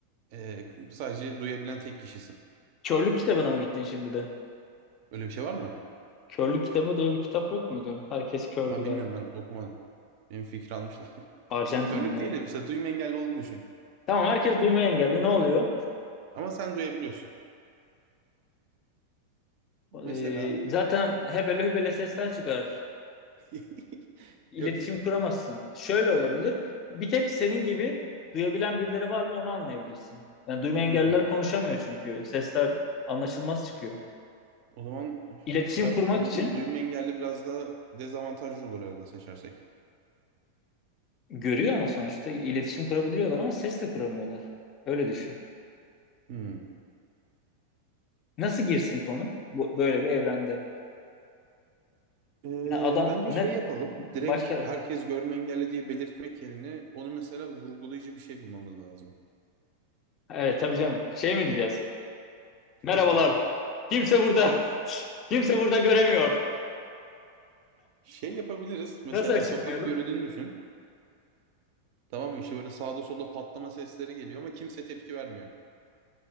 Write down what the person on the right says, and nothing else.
Ee, sadece duyabilen tek kişisin.
Öyle bir şey var mı?
Ha
bilmiyorum ben okumadım. Benim fikri almışlar. <laughs>
Körlük
değil de işte duyma engelli olduğunu düşün.
Ama sen duyabiliyorsun.
Mesela
<laughs>
yok.
Hmm.
O zaman
tiyatro
oyununda
duyma engelli biraz daha dezavantajlı olur herhalde seçersek.
Hmm.
Ee,
bence
şey yapalım. Direkt
herkes görme engelli diye belirtmek yerine onu mesela vurgulayıcı bir şey bulmamız lazım.
<laughs>
Şey yapabiliriz. Mesela
sokak yürüdüğünü düşün. Tamam mı? İşte böyle sağda solda patlama sesleri geliyor ama kimse tepki vermiyor.